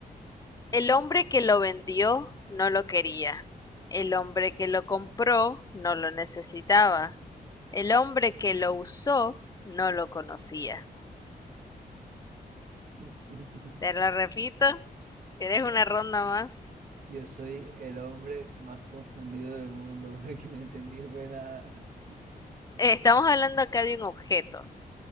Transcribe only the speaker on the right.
<laughs>
Yo soy el hombre más confundido del mundo <laughs> porque no entendí fue nada. <laughs>